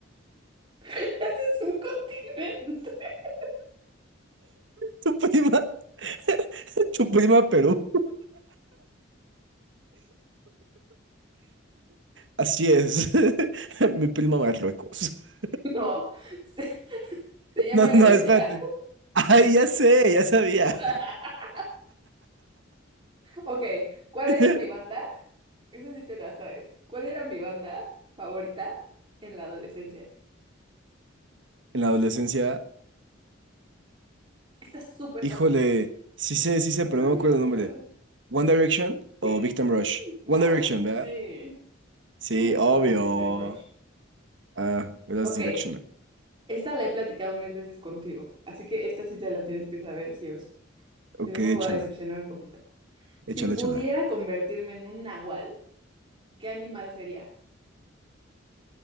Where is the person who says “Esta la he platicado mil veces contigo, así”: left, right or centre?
Right